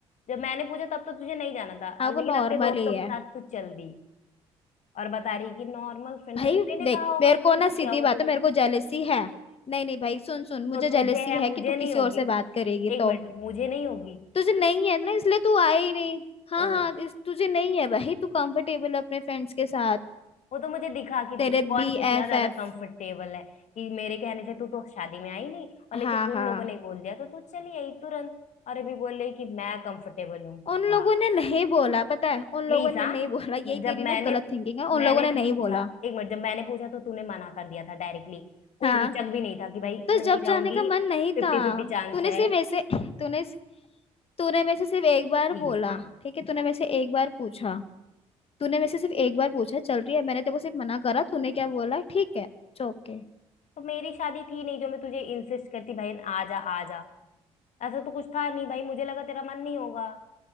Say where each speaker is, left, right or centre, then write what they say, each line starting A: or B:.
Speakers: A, on the left (about 60°); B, on the left (about 45°).
A: जब मैंने पूछा तब तो तुझे नहीं जाना था
B: हाँ
A: अब
B: वो
A: लेकिन
B: नॉर्मल
A: अपने दोस्तों
B: ही है
A: के साथ तू चल दी और बता रही कि नॉर्मल फ्रेंड्स
B: भाई
A: है उन्हीं ने
B: देख
A: कहा होगा
B: मेरे
A: इनसे
B: को ना
A: किया
B: सीधी
A: होगा
B: बात
A: तुझे
B: है मेरे को जेलेसी है नहीं नहीं भाई सुन सुन मुझे
A: तो तुझे
B: जेलेसी
A: है
B: है
A: मुझे
B: कि तू किसी
A: नहीं होगी
B: और से बात करेगी
A: एक
B: तो
A: मिनट मुझे नहीं होगी
B: तुझे नहीं है ना इसलिए तू आई ही नहीं हाँ
A: ओ
B: हाँ इस तुझे नहीं है भाई तू कंफर्टेबल अपने फ्रेंड्स के साथ
A: वो तो मुझे दिखा कि
B: तेरे
A: तू कौन
B: बी
A: कितना
B: एफ
A: ज्यादा
B: एफ
A: कंफर्टेबल है कि मेरे कहने से तू तो शादी में आई नहीं और
B: हाँ
A: लेकिन
B: हाँ
A: उन लोगों ने बोल दिया तो तू चली आई तुरंत और अभी बोल रही कि मैं कंफर्टेबल हूँ
B: उन
A: वाह
B: लोगों ने नहीं बोला पता है उन
A: प्लीज
B: लोगों ने
A: हाँ
B: नहीं बोला यही
A: जब
B: तेरी
A: मैंने
B: ना गलत थिंकिंग है
A: मैंने
B: उन लोगों ने
A: जब
B: नहीं
A: पूछा
B: बोला
A: एक मिनट जब मैंने पूछा तो तूने मना कर दिया था डायरेक्टली कोई
B: हाँ
A: हिचक भी नहीं था कि भाई
B: तो
A: नहीं
B: जब जाने
A: जाऊंगी
B: का मन नहीं
A: फिफ्टी
B: था
A: फिफ्टी चांस
B: तूने
A: है
B: सिर्फ ऐसे तूने तूने मेरे से सिर्फ एक बार
A: प्लीज
B: बोला
A: हाँ
B: ठीक है तूने मेरे से एक बार पूछा तूने मेरे से सिर्फ एक बार पूछा चल रही है मैंने तेरे को सिर्फ मना करा तूने क्या बोला ठीक है ओके
A: तो मेरी शादी थी नहीं जो मैं तुझे इंसिस्ट करती भाई आ जा आ जा ऐसा तो कुछ था नहीं भाई मुझे लगा तेरा मन नहीं होगा